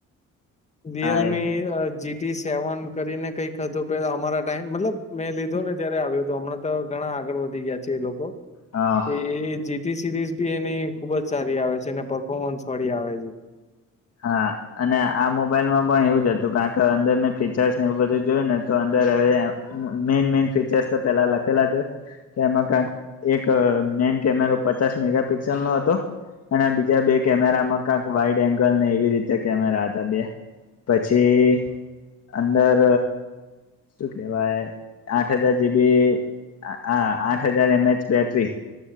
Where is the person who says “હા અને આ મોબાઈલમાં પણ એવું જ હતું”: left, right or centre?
Left